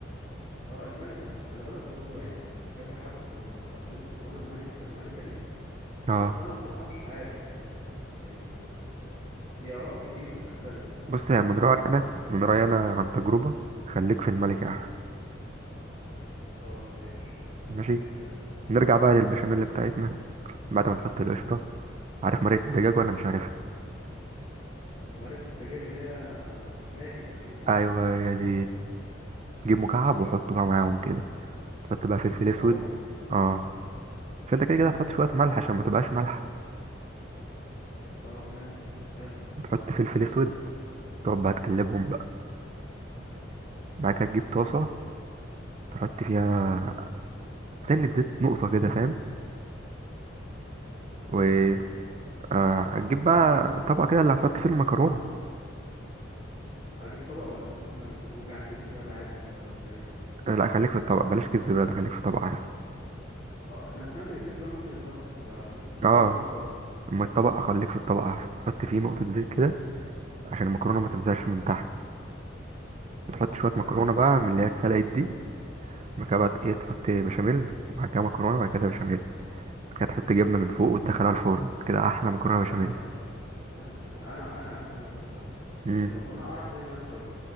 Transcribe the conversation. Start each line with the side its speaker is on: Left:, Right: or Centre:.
Left: اه الملك انا خلي بالك برضو يعني كذا حد كان بيرشح لي مكرونه الملك الملكه دي
Right: اه
Left: بس انا بصراحه مش عارف يعني كان في يعني هي اراء كتير بتختلف
Right: بص يعني
Left: فانت
Right: من رأيي انا من رأيي انا عن تجربة خليك في الملكة احسن
Left: طب ماشي
Right: ماشي
Left: ماشي حلو
Right: نرجع بقى للبشاميل بتاعتنا بعد ما نحط القشطة عارف مرقة الدجاج ولا مش عارفها
Left: مرقه الدجاج اللي هي ماجي تقريبا
Right: ايوه هي دي جيب مكعب وحطه بقى معاهم كده تحط بقى فلفل
Left: اجيب مكعب
Right: اسود
Left: واحد
Right: اه عشان انت كده كده هتحط شويه
Left: يعني
Right: ملح عشان ما تبقاش مالحه
Left: طب ماشي حلو
Right: تحط فلفل اسود تقعد بقى تقلبهم بقى بعد كده تجيب طاسه تحط فيها سنه زيت نقطه كده فاهم و
Left: نقطه زيت
Right: آه، هتجيب بقى طبق كده اللي هتحط فيه المكرونه
Left: اجيب طبق ولا ممكن ممكن اكيس زباله عادي ولا ولا ايه
Right: آه، لا خليك في الطبق بلاش كيس زباله خليك في طبق احسن
Left: اه انا سمعت ان الكيس زباله ممكن يتوسخ فممكن
Right: اه
Left: ممكن الطبق
Right: اما الطبق اخليك في الطبق احسن تحط فيه نقطه زيت كده عشان المكرونه ما تلزقش من تحت تحط شويه مكرونه
Left: تمام
Right: بقى
Left: ماشي
Right: من اللي هي اتسلقت دي بعد كده بقى ايه تحط بشاميل وبعد كده مكرونه وبعد كده بشاميل كانت تحط جبنه من فوق وتدخلها الفرن كده احلى مكرونه
Left: طب
Right: بشاميل
Left: ثانيه ثانيه ثانيه طب ثانيه ثانيه انا انا ثانيه واحده دلوقتي
Right: امم
Left: المكرونه اعرف منين انها استوت